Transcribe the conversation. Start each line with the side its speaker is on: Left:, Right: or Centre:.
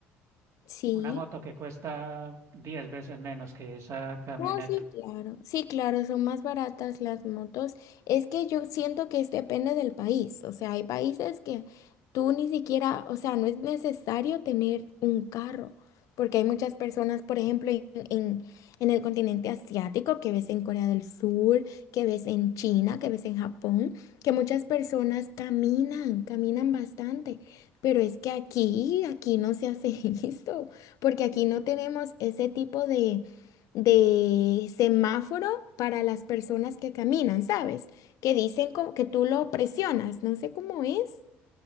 Left: sí.
Right: una moto que cuesta 10 veces menos que esa camioneta.
Left: No, sí, claro. Sí, claro, son más baratas las motos. Es que yo siento que es- depende del país. O sea, hay países que tú ni siquiera, o sea, no es necesario tener un carro, porque hay muchas personas, por ejemplo, en, en, en el continente asiático, que ves en Corea del Sur, que ves en China, que ves en Japón, que muchas personas caminan, caminan bastante. Pero es que aquí, aquí no se hace <laughs> eso, porque aquí no tenemos ese tipo de de semáforo para las personas que caminan, ¿sabes? Que dicen como que tú lo presionas, no sé cómo es.